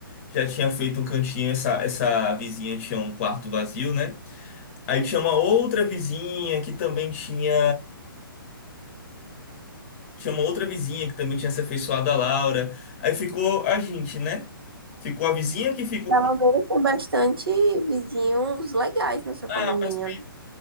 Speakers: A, on the left; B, on the right.
A: já tinha feito um cantinho, essa, essa vizinha tinha um quarto vazio, né? Aí tinha uma outra vizinha que também tinha. Tinha uma outra vizinha que também tinha se afeiçoado a Laura. Aí ficou a gente, né? Ficou a vizinha que ficou
B: Pelo
A: com.
B: menos tem bastante vizinhos legais no seu
A: Ah,
B: condomínio.
A: mas tem-
B: né?